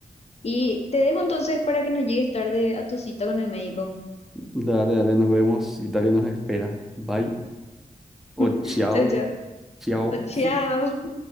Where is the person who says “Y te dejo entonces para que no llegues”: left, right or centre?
Left